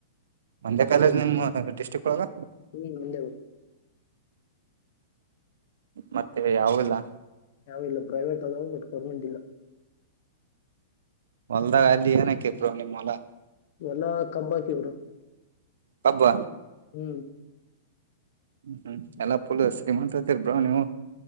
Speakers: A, on the right; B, on the left.
A: ಒಂದೇ ಕಾಲೇಜ್ ನಿಮ್ಮ ಡಿಸ್ಟ್ರಿಕ್ ಒಳಗ
B: ಹ್ಮ ಒಂದೇ
A: ಮತ್ತೆ ಯಾವಿಲ್ಲ.
B: ಯಾವು ಇಲ್ಲ ಪ್ರೈವೇಟ್ ಅದಾವ ಬಟ್ ಗರ್ಮೆಂಟ್ ಇಲ್ಲ.
A: ಹೊಲ್ದಾಗ ಅಲ್ಲಿ ಏನಕ್ಕೆೆಬ್ರ ನಿಮ್ಮ ಹೊಲ.
B: ಎಲ್ಲಾ ಕಬ್ಬ ಆಕಿವ ಬ್ರೋ.
A: ಕಬ್ಬಾ
B: ಹ್ಮ.
A: ಹ್ಮ ಎಲ್ಲಾ ಫುಲ್ ಶ್ರೀಮಂತ ಅದಿರ ಬ್ರೋ ನೀವು.